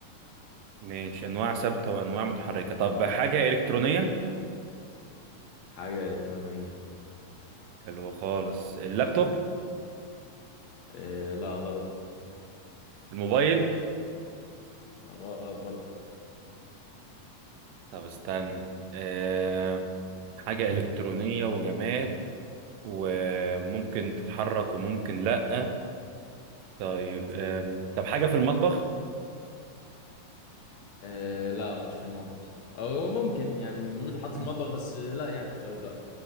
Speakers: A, on the right; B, on the left.
A: ماشي انواع ثابته وانواع متحركه طب حاجه الكترونيه
B: حاجة إلكترونية
A: حلو خالص اللابتوب
B: آه لا غلط
A: الموبايل
B: غلط برضه
A: طب استنى أه حاجه الكترونيه وجماد وممكن تتحرك وممكن لا طيب أم. طب حاجه في المطبخ
B: آه لا مش في المطبخ أو ممكن يعني ممكن تحط
A: <clears throat>
B: في المطبخ بس لا يعني في الغالب لا